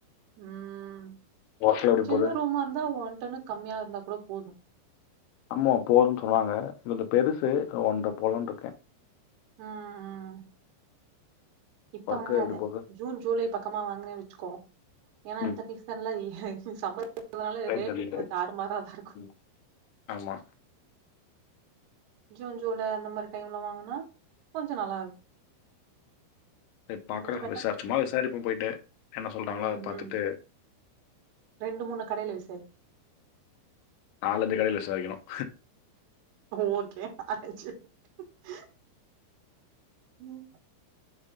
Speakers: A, on the right; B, on the left.
A: ம்
B: ஒர்க்லா எப்டி
A: சின்ன
B: போது
A: ரூமா இருந்தா ஒன்டன்னுக்கு கம்மியா இருந்தா கூட போதும்
B: அம்மா போதும்ன்னு சொன்னுவாங்க கொஞ்சம் பெருசு அ ஒன்ட்ர போட்லான்ட்ருக்கே
A: ம் ம் இப்ப
B: ஒர்க்கு
A: வாங்காத
B: எப்டி போது
A: ஜூன் ஜூலை பக்கமா வாங்குனே வெச்சுக்கோ ஏன்னா
B: ம்
A: இந்த சீசன்ல <unintelligible> சம்மர்
B: ரைட்
A: <unintelligible> ரேட்டு
B: ரைட் ரைட்.
A: அ தாறு மாறாதான் இருக்கும்
B: ம், ஆமா
A: ஜூன் ஜூலை அந்த மாரி டைம்ல வாங்குனா கொஞ்சம் நல்லா இருக்கும்
B: சரி பாக்குறன்
A: கொஞ்சோ பெட்டர்
B: விசார் சும்மா விசாரிப்போம் போய்ட்டு என்ன சொல்றாங்களோ
A: ம்
B: அத பாத்துட்டு
A: ம் ரெண்டு மூணு கடையில விசாரி
B: நாலஞ்சு கடையில விசாரிக்கணும்
A: ஓகே <unintelligible> ம்